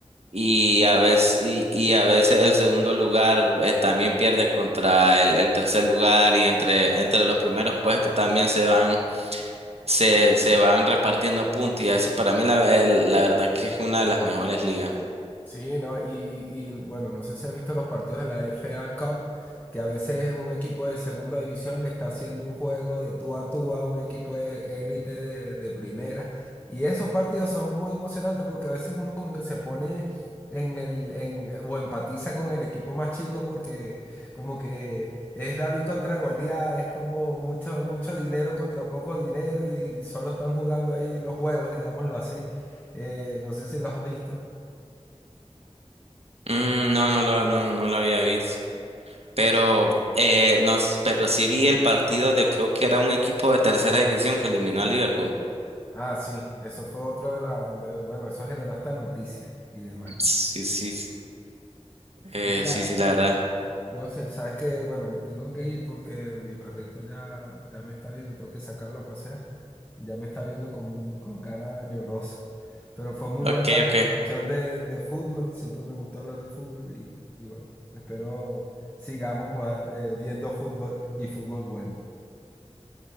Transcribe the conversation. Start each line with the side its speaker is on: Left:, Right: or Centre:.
Right: Y a veces, y, y a veces el segundo lugar eh, también pierde contra el, el tercer lugar y entre, entre los primeros puestos también se van, se, se van repartiendo puntos y así para mí la, el- la verdad que es una de las mejores ligas.
Left: Sí, ¿no? Y, y bueno, no sé si has visto los partidos de la FA Cup, que a veces un equipo de segunda división le está haciendo un juego de tú a tú a un equipo de élite de, de primera. Y esos partidos son muy emocionantes porque a veces uno como que se pone en el, en, o empatiza con el equipo más chico porque como que es David contra Goliat, es como mucho, mucho dinero contra poco dinero y, y solo están jugando ahí los huevos, digámoslo así. Eh, no sé si los has visto.
Right: Mm, no, no lo, no, no lo había visto. Pero, eh, no, s- pero sí vi el partido de creo que era un equipo de tercera división que eliminó a Liverpool.
Left: Ah, sí, eso fue otro de la, de- bueno, eso generó hasta noticias y demás.
Right: Sí, sí, s- eh,
Left: Mira,
Right: sí, sí, la
Left: eh,
Right: verdad.
Left: yo sé- sabes que, bueno, me tengo que ir porque mi perrito ya, ya me está viendo, tengo que sacarlo a pasear y ya me está viendo como un- con cara llorosa. Pero fue muy
Right: Ok,
Left: buena la conversación
Right: ok,
Left: de, de fútbol, siempre me gusta hablar de fútbol y, y bueno, espero sigamos jugando, eh, viendo fútbol y fútbol bueno.